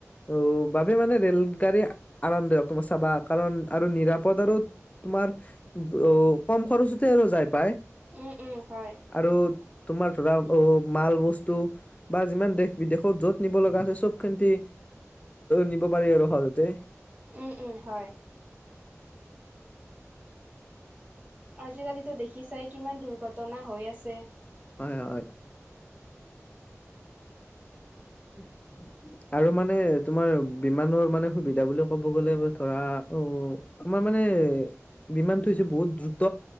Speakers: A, on the left (about 25°); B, on the right (about 30°).
A: অ বাবে মানে ৰেলগাড়ী আৰামদায়ক তোমাৰ চাবা, কাৰণ আৰু নিৰাপদ আৰু তোমাৰ অ কম খৰচতে আৰু যাই পায়।
B: উম উম হয়
A: আৰু তোমাৰ ধৰা অ মালবস্তু। বা যিমান দেশ বিদেশত য'ত নিব লগা আছে চব খিনতে নিব পাৰি আৰু সহজতে।
B: উম উম হয়। আজিকালিতো দেখিছাই কিমান দুৰ্ঘটনা হৈ আছে।
A: হয় হয়। <unintelligible> আৰু মানে তোমাৰ বিমানৰ মানে সুবিধা বুলি ক'ব গ'লে ধৰা অ আমাৰ মানে বিমানটো হৈছে বহুত দ্ৰুত